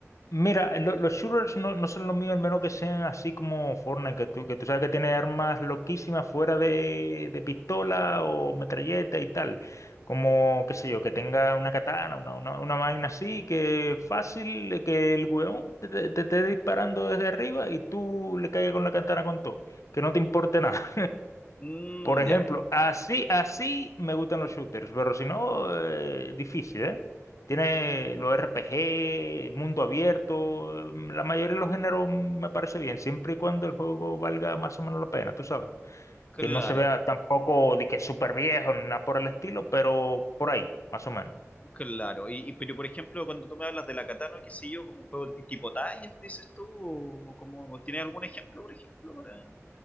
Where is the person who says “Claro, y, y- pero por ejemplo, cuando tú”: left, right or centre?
Left